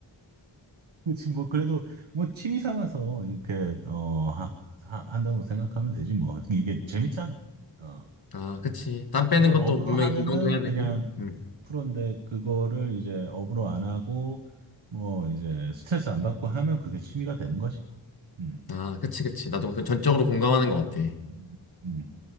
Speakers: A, on the right; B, on the left.
A: 그렇지 뭐 그래도 뭐 취미 삼아서 이렇게 어 하, 하- 한다고 생각하면 되지 뭐 이게 재밌잖아. 어
B: 아, 그치. 땀 빼는
A: 그걸
B: 것도
A: 업으로
B: 분명히
A: 하면은
B: 운동도 해야 되고.
A: 그냥
B: 음.
A: 프로인데 그거를 이제 업으로 안 하고 뭐 이제 스트레스 안 받고 하면 그게 취미가 되는 거지. 음,
B: 아, 그치, 그치. 나도 그 전적으로 공감하는 것 같아.
A: 음, 음,